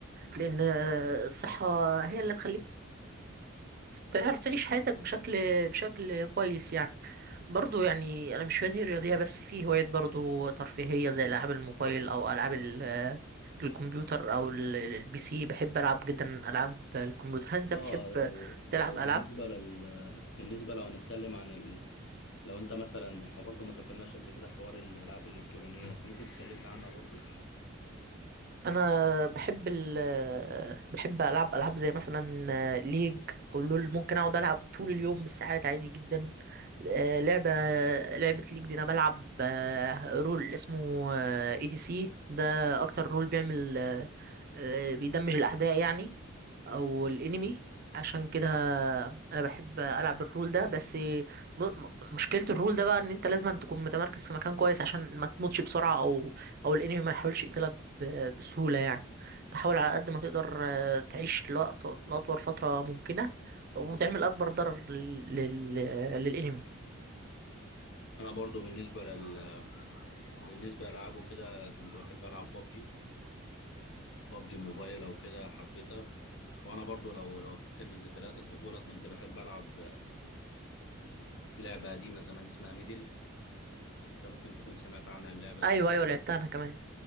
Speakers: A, on the right (about 45°); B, on the left (about 55°).
A: لأن الصحة هي اللي تخليك تعرف تعيش حياتك بشكل بشكل كويس يعني برضو يعني انا مش هوايتي رياضيه بس في هوايات برضو ترفيهيه زي العاب الموبايل او العاب ال- الكمبيوتر او ال- ال- البي سي بحب العب جدا العاب الكمبيوتر هل انت
B: اه
A: بتحب
B: لو
A: تلعب
B: لو
A: العاب
B: بالنسبة لل بالنسبة لو هنتكلم عن ال... لو انت مثلا احنا برضه ما ذكرناش قبل كده حوار الألعاب الإلكترونية فممكن تكلمنا عنها برضه
A: انا بحب ال بحب العب العاب زي مثلا ليج او لول ممكن اقعد العب طول اليوم بالساعات عادي جدا آه، لعبه لعبه ليج دي انا بلعب آه، رول اسمه اي دي سي ده اكتر رول بيعمل آه، آه، بيدمج الاعداء يعني او الانمي عشان كده انا بحب العب الرول ده بس م- م- مشكله الرول ده بقى ان انت لازم تكون متمركز في مكان كويس عشان ما تموتش بسرعه او او الانمي ما يحاولش يقتلك ب- بسهولة يعني تحاول على قد ما تقدر آه، تعيش لوقت لأطول فترة ممكنة وتعمل أكبر ضرر لل... لل... للإنمي
B: انا برضو بالنسبه لل بالنسبه لالعابه كده كنت بحب العب بابجي بابجي موبايل او كده حبيتها وانا برضو لو لو افتكر من ذكريات الطفوله كنت بحب العب لعبه قديمه زمان اسمها ميدل انت ممكن تكون سمعت عنها اللعبه
A: أيوة
B: دي
A: أيوة لعبتها أنا كمان